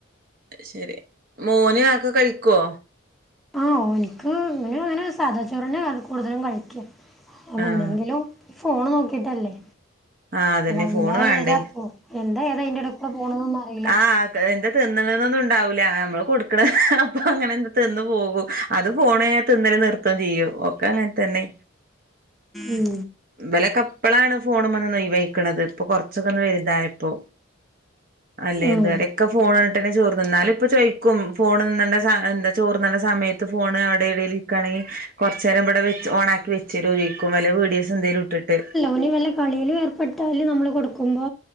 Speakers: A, on the right; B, in the centre.
A: ശരി മോനെ ആക്കെ കഴിക്കോ
B: ആഹ ഒന്ക്ക് ഇങ്ങനെ അങ്ങനെ സാദാ ചോറന്നെ ആ കൂടുതലും കഴിക്കാ അവ
A: ആഹ്
B: എന്തെങ്കിലും ഫോൺ നോക്കിട്ടല്ലേ
A: ആഹ് അതന്നെ
B: എന്താ
A: ഫോണ് വേണ്ടേ
B: ഏതാ പോ എന്താ ഏതാ ഇതിന്റഇടേക്കൂടെ പോണൊനൊന്നും അറിയില്ല
A: ആഹ് എന്താ തിന്നണന്നൊന്നും ഉണ്ടാവില്ല നമ്മള് കൊടുക്കണ അപ്പൊ അങ്ങനെ തിന്നു പോകും അത് ഫോണിനയത്ത് തിന്നന നൃത്തം ചെയ്യോ ഒക്കെ അങ്ങനെ തന്നെ
B: ഉം
A: ഇവലൊക്കെ ഇപ്പളാണ് ഫോൺമ്മന്ന് ഒഴിവായിക്കണത് ഇപ്പൊ കൊറച്ചൊക്കെ ഒന്ന് വലുതായപ്പോ അല്ലേ
B: ആഹ്
A: ഇതുവരെ ഒക്കെ ഫോൺകണ്ട്ട്ടന്നെ ചോറ് നിന്നാലും ഇപ്പൊ ചോദിക്കും ഫോണ് നിന്ന എന്താ ചോർ തിന്നണ്ടേ സമയത്ത് ഫോൺ അവിടെ ഇവിടൽ ണെങ്കി കൊറച്ചെരം ഇവിടെ ഓണാക്കി വെച്ചരും ചോദിക്കും വല്ല വീഡിയോസ് എന്തേലും ഇട്ടിട്ട്
B: ഒന് വല്ല കളീലും ഏർപ്പെട്ടാൽ നമ്മള് കൊടുക്കുമ്പോ